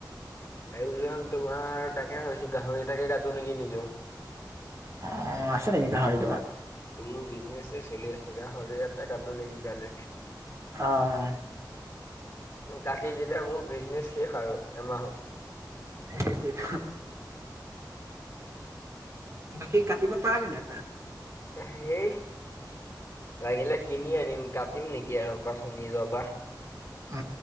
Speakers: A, on the left; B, on the right.
A: আয়োজন তোমাৰ তাকে ভাবিছো গাহৰি এটাকে কাটো নেকি নিজৰ।
B: অ আছে নেকি গাহৰি তোমাৰ
A: তোমাৰ বিজনেচে চলি আছে গাহৰি এটা কাটো নেকি কালি
B: অ
A: কাটি দিলে মোৰ বিজনেছ শেষ আৰু এমাহত।
B: সেইটোৱেতো বাকী কাতিব পাৰা কেতিয়াবা
A: সেই লাগিলে কিনি আনিম কাটিম নেকি আৰু কোৱাচোন নিজৰ পৰা
B: উ